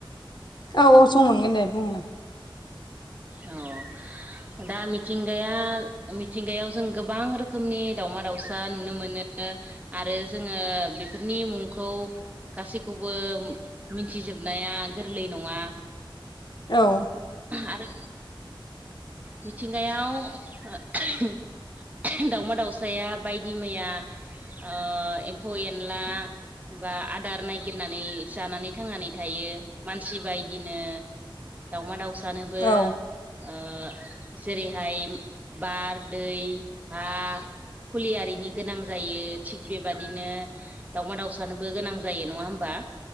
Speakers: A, on the left; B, on the right.
A: औ औ सम मोनगोन दे बुं
B: औ दा मिथिंगाया मिथिंगायाव जों गोबां रोखोमनि दाउमा दाउसा नुनो मोनो आरो जोङो बिफोरनि मुंखौ गासैखौबो मिन्थिजोबनाया गोरलै नङा
A: औ
B: आरो मिथिंगायाव ओ दाउमा दाउसाया बायदि मैया ओ एम्फौ एनला बा आदार नायगिरनानै जानानै थांनानै थायो। मानसि बायदिनो दाउमा दाउसानोबो
A: औ
B: ओ जेरैहाय बार दै हा खुलि आरिनि गोनां जायो थिग बेबादिनो दाउमा दावउसानोबो गोनां जायो नङा होमबा?